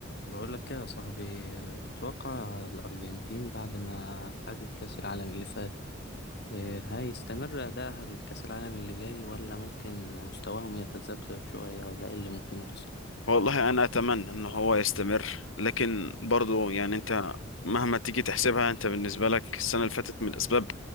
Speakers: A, on the left (about 55°); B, on the left (about 80°).
A: بقول لك ايه يا صاحبي آه، تتوقع الأرجنتين بعد ما خدت كأس العالم اللي فات آه، هيستمر أداءها لكأس العالم اللي جاي ولا ممكن مستواهم يتذبذب شوية ولا ايه اللي ممكن يحصل
B: والله انا اتمنى ان هو يستمر لكن برضو يعني انت مهما تيجي تحسبها انت بالنسبه لك السنه اللي فاتت من الاسباب